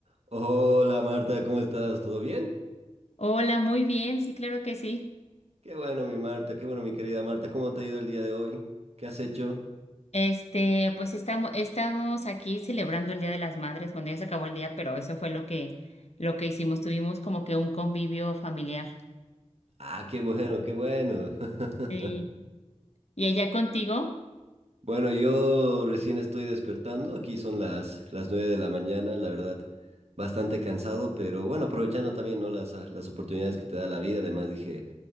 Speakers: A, on the right (about 65°); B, on the left (about 65°).
A: Hola Marta, ¿cómo estás? ¿Todo bien?
B: Hola, muy bien, sí, claro que sí.
A: Qué bueno mi Marta, qué bueno mi querida Marta, ¿cómo te ha ido el día de hoy? ¿Qué has hecho?
B: Este, pues estamos, estamos aquí celebrando el Día de las Madres. Bueno, ya se acabó el día, pero eso fue lo que, lo que hicimos. Tuvimos como que un convivio familiar.
A: Ah, qué bueno, qué bueno. <laughs>
B: Sí. ¿Y ella contigo?
A: Bueno, yo recién estoy despertando, aquí son las, las 9 de la mañana, la verdad, bastante cansado, pero bueno, aprovechando también, ¿no? las, ah, las oportunidades que te da la vida, además dije,